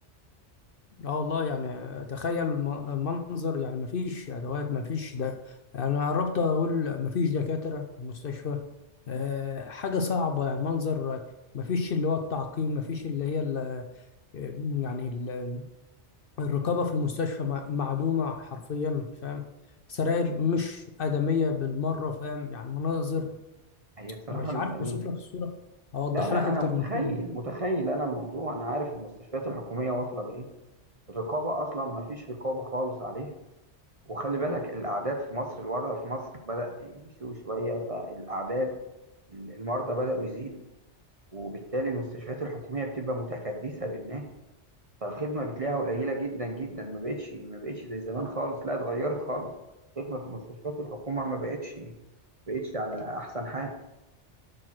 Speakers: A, on the left (about 55°); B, on the right (about 35°).
A: اه والله يعني تخيل م- منظر يعني مفيش ادوات مفيش ده انا قربت اقول مفيش دكاتره في المستشفى أه حاجه صعبه يعني منظر مفيش اللي هو التعقيم مفيش اللي هي ال- آه، يعني ال- الرقابه في المستشفى م- معدومه حرفيا فاهم سراير مش ادميه بالمره فاهم يعني مناظر
B: هي بصراحة
A: مش
B: ال-
A: عارف
B: المس...
A: اوصف لك الصوره اوضحها
B: لا لا
A: لك
B: انا
A: اكتر
B: متخيل
A: من كده
B: متخيل انا الموضوع انا عارف المستشفيات الحكومية واصلة لايه الرقابة اصلا ما فيش رقابة خالص عليها وخلي بالك الاعداد في مصر الوضع في مصر بدأ بيسوء شوية فالاعداد المرضى بدأوا يزيدوا وبالتالي المستشفيات الحكومية بتبقى متكدسة بالناس فالخدمه بتلاقيها قليله جدا جدا ما بقتش ما بقتش زي زمان خالص لا اتغيرت خالص الخدمه في مستشفيات الحكومه ما بقتش ما بقتش على احسن حال